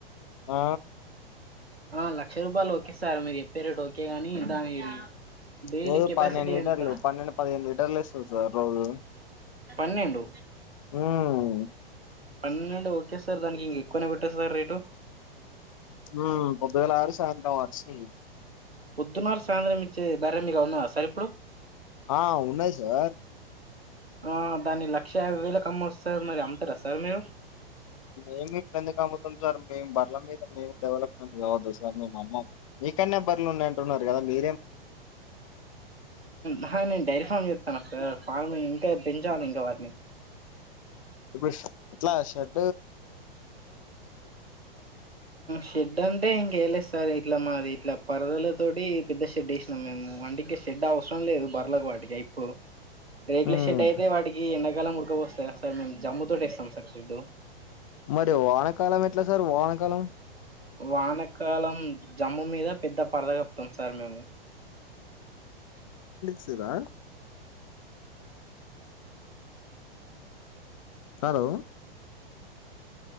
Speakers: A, on the left (about 35°); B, on the right (about 90°).
A: ఆ
B: ఆ లక్ష రూపాయలు ఒకె సార్ మీరు చెప్పేరేట్ ఒకే గాని దాని డైలీ
A: రోజు
B: కెపాసిటీ
A: పన్నెండు లీటర్లు
B: ఎంత
A: పన్నెండు పదిహేను లీటర్లు ఇస్తా సార్ రోజు
B: పన్నెండు
A: ఉమ్
B: పన్నెండు అండి ఓకే సార్ దానికి ఇంక ఎక్కువనే పెట్టచు సార్ రేటు
A: ఉమ్ పొద్దుగాల ఆరు సాయంత్రం ఆరు ఇస్తుంది
B: పుద్దునార్ సాయంత్రం చే బర్రె మీకాడ ఉన్నాదా సార్ ఇప్పుడు
A: ఆ ఉన్నాయి సార్
B: ఆ దాన్ని లక్ష యాభై వేలకు అమ్మ వస్త సార్ మరి అమ్ముతారా సార్ మీరు
A: ఏమి ఇప్పుడుందు కాముతం సార్ మేము బర్ల మీద మేము డెవలప్మెంట్ కావద్దు సార్ మే అమ్మ మీకనే బర్లు ఉన్నాయి అంటున్నారు కదా మీ
B: ఆహా నేను డైరి ఫార్మ్ చెతానా సార్ పళమ ఇంకా పెంచాలి ఇంకా వాటిని
A: ఇప్పుడు ఎట్లా షర్ట్
B: షెడ్ అంటే ఇంకేలిస్త సరే ఇట్లా మాది ఇట్ల పరదల తోటి పెద్ద షెడ్ వేసినాం మేము అండీకే షెడ్ అవసరం లేదు బర్ల కు వాటిక ఇప్పుడు రేక్ల
A: ఉమ్
B: షెడ్ అయితే వాటికి ఎన్ కాలం ముడకపోస్తది కదా సార్ మేము జమ్ముతోటేస్తం సార్ షేడ్డు
A: మరి వానకాలం ఎట్లా సార్ ఓనకాలం
B: వానకాలం జమ్ము మీద పెద్ద పరద కప్తాం సార్ మేము
A: సి రా హలో